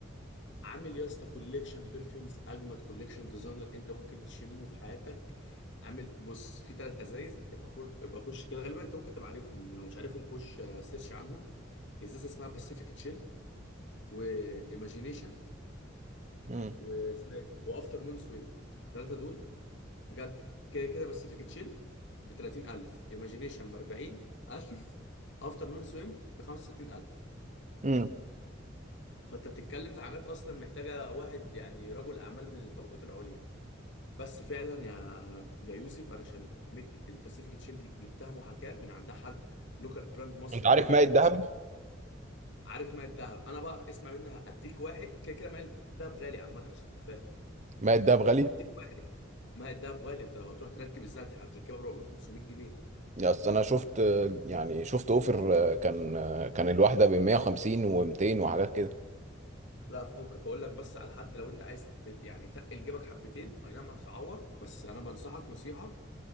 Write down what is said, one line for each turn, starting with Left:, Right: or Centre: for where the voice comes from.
Left: عامل يا اسطى كوليكشن برفيومز اجمد كوليكشن ديزاينر انت ممكن تشمه في حياتك عامل بص في ثلاث ازايز ابقى خش ابقى خش كده غالبا انت ممكن تبقى عارفهم لو مش عارفهم خش آه، سيرش عنهم ازازه اسمها باسيفيك تشيل وايماجينيشن
Right: امم
Left: واسمها إيه دي؟ وافتر نون سويم الثلاثه دول بجد كده كده باسيفيك تشيل ب 30000 ايماجينيشن ب 40000 افتر نون سويم ب 65000
Right: امم
Left: فانت بتتكلم في حاجات اصلا محتاجه واحد يعني رجل اعمال من الطبقات العليا بس فعلا يا يا يوسف انا شميت الباسيفيك تشيل دي جبتها محاكاه من عند حد لوكال براند مصري
Right: انت عارف
Left: معروف
Right: ماء
Left: جدا
Right: الدهب
Left: عارف ماء الذهب انا بقى اسمع منها اديك واحد كده كده ماء الذهب غالي عامه عشان تبقى فاهم
Right: ماء الدهب غالي
Left: هديك بقى ما هي الدهب غالي انت لو هتروح تركب الزيت هتركبها ب 400 500 جنيه
Right: يا اصل انا شفت يعني شفت اوفر كان كان الواحده ب 150 و200 وحاجات كده
Left: لا فكك هقول لك بس على حد لو انت عايز ت- يعني تقل جيبك حبتين اي نعم هتتعور بس انا بنصحك نصيحه